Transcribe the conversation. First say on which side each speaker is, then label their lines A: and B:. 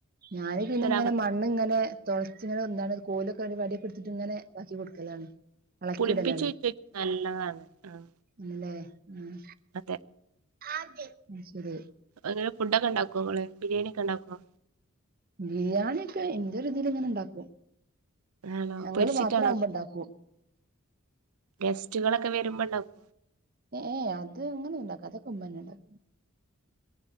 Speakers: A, on the right (about 40°); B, on the right (about 80°).
A: ഞാന് പിന്നെങ്ങനെ
B: അവ
A: മണ് മണ്ണ് ഇങ്ങനെ തൊള്ച്ച്ങ്ങനെ വന്നാണ്ട് കോലൊക്കെ ഒരു വടിയൊകെട്ത്തിട്ട് ഇങ്ങനെ താക്കി കൊടുക്കലാണ് ഇളക്കിയിടലാണ്
B: പുളിപ്പിച്ചൊയിചൊട്ക്ണെ നല്ലതാണ് ആഹ്
A: ആണ്ല്ലേ ഉം
B: അതെ
A: അത് ശരി
B: എങ്ങനെ ഫുഡൊകെ ഉണ്ടാകോങ്ങള് ബിര്യേണിയൊകെണ്ടാകോ
A: ബിരിയാണി ഒക്കെ ഇന്റൊര്തീല് ഇങ്ങനെ ഇണ്ടാക്കും
B: ആണോ
A: ഞങ്ങള്
B: പൊരിച്ചിട്ടാണോ
A: മാത്രാവുമ്പ ഇണ്ടാക്കും
B: ഗസ്റ്റുകളൊക്കെ വെരുമ്പോണ്ടാക്
A: ഏഹ് ഏഹ് അത് അങ്ങനൊന്നു ഉണ്ടാക്കൂല അതൊകെ ഉമ്മെന്നെ ഉണ്ടാക്കല്